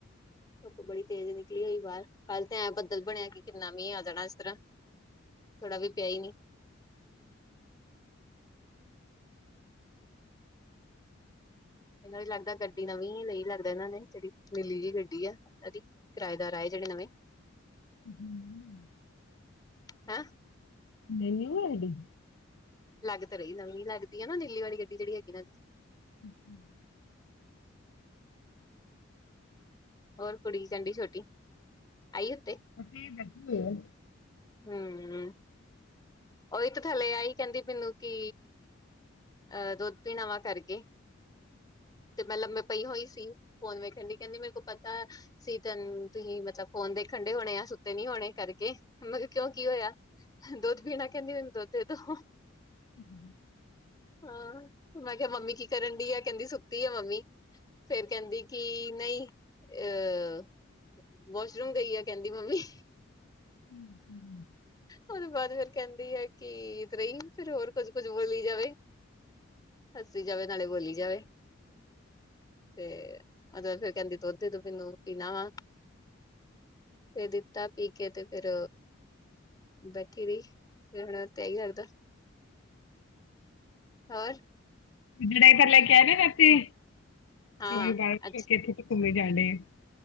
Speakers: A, on the left; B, on the left.
A: ਧੁੱਪ ਬੜੀ ਤੇਜ਼ ਨਿਕਲੀ ਹੋਈ ਬਾਹਰ ਕੱਲ ਤੇ ਐਂ ਬੱਦਲ ਬਣਿਆ ਕਿ ਕਿੰਨਾ ਮੀਂਹ ਆ ਜਾਣਾ ਇਸ ਤਰ੍ਹਾਂ। ਥੋੜਾ ਵੀ ਪਿਆ ਹੀ ਨੀ। ਇਹਨਾ ਵੀ ਲੱਗਦਾ ਗੱਡੀ ਦਾ। ਨੀਂ ਨਹੀਂ ਲੱਗਦਾ ਇਹਨਾਂ ਨੇ ਜਿਹੜੀ ਨੀਲੀ ਜਿਹੀ ਗੱਡੀ ਆ ਇਹਦੀ ਕਿਰਾਏਦਾਰ ਆਏ ਜਿਹੜੇ ਨਵੇਂ।
B: ਹਮ
A: ਹੈਂ
B: ਨੀਲੀ ਨਹੀਂ ਹੈਗੀ?
A: ਲੱਗ ਤਾਂ ਰਹੀ ਨਵੀਂ ਲੱਗਦੀ ਹੈ ਨਾ ਨੀਲੀ ਵਾਲੀ ਗੱਡੀ ਜਿਹੜੀ ਹੈ ਇਹਨਾਂ ਦੀ।
B: ਅਮ
A: ਹੋਰ ਕੁੜੀ ਚਲ ਗਈ ਛੋਟੀ ਆਈ ਉੱਤੇ?
B: ਅਸੀਂ ਬੈਠੇ ਹੋਏ ਆ।
A: ਹਮ ਉਹੀ ਤਾਂ ਥੱਲੇ ਆਈ ਕਹਿੰਦੀ ਮੈਨੂੰ ਕਿ। ਅਹ ਦੁੱਧ ਪੀਣਾ ਵਾਂ ਕਰਕੇ ਤੇ ਪਹਿਲਾ ਮਤਲਬ ਮੈ ਪਈ ਹੋਈ ਸੀ ਫੋਨ ਵੇਖਣ ਕਹਿੰਦੇ ਮੇਰੇ ਕੋ ਪਤਾ। ਸੀ ਤੁਸੀਂ ਮਤਲਬ ਫੋਨ ਦੇਖਣ ਡਏ ਹੋਣੇ ਆ ਸੁੱਤੇ ਨੀ ਹੋਣੇ ਕਰਕੇ ਮਤਲਬ ਮੈ ਕਿਹਾ ਕਿਉਂ ਕੀ ਹੋਇਆ? ਦੁੱਧ ਪੀਣਾ ਕਹਿੰਦੀ ਮੈਨੂੰ ਦੁੱਧ ਦੇ ਦਿਓ।
B: ਹਮ
A: ਹਹ ਮੈਂ ਕਿਹਾ ਮੰਮੀ ਕੀ ਕਰਨ ਡਈ ਆ ਕਹਿੰਦੀ ਸੁੱਤੀ ਆ ਮੰਮੀ। ਫੇਰ ਕਹਿੰਦੀ ਕਿ ਨਹੀਂ ਅਹ। ਵਾਸ਼ਰੂਮ ਗਈ ਆ ਕਹਿੰਦੀ ਮੰਮੀ।
B: ਹਮ, ਹਮ।
A: ਉਹਦੇ ਬਾਅਦ ਫਿਰ ਕਹਿੰਦੀ ਹੈ ਕਿ ਤਰ੍ਹਾਂ ਹੀ ਫਿਰ ਹੋਰ ਕੁੱਝ ਕੁਝ ਬੋਲੀ ਜਾਵੇ। ਹੱਸੀ ਜਾਵੇ ਨਾਲੇ ਬੋਲੀ ਜਾਵੇ। ਤੇ ਉਹ ਫੇਰ ਕਹਿੰਦੀ ਦੁੱਧ ਦੇ ਦਿਓ ਮੈਨੂੰ ਪੀਣਾ ਵਾ। ਫਿਰ ਦਿੱਤਾ ਪੀ ਕੇ ਤੇ ਫੇਰ। ਠ ਫ ਹੁਣ ਤਿ <inaudible> ਆ ਹੀ ਸਕਦਾ ਹੋਰ
B: ਜੜਾਈ ਪਰ ਲੈ ਕੇ ਆਏ ਜਾੇ
A: ਹਾਂ
B: ਉ ਬਦ
A: ਅੱਛਾ
B: ਇਥੇ ਘੁੰਮੇ ਜਾਣੇ ਆ <unintelligible>